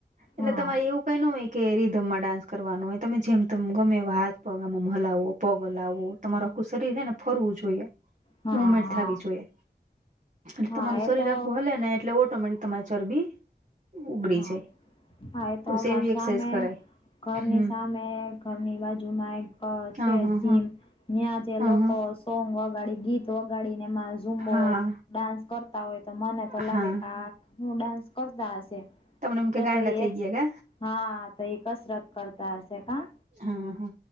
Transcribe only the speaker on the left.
હા
હા
હા
હા
એ
તો
હા
હા એ તો
અમાર
સામે
ઘરની
સામે ઘરની બાજુમાં એક
છે
જીમ
અયા જે
લોકોઅં
સોંગ વગાડી ગીત વગાડીને એમાં ઝુંબો
ડાન્સ કરતા હોય તો મને તો લાગે
કે આા હું ડાન્સ કરતા હશે
તો
તો એ
એક
હા તો એ કસરત કરતા હશે કા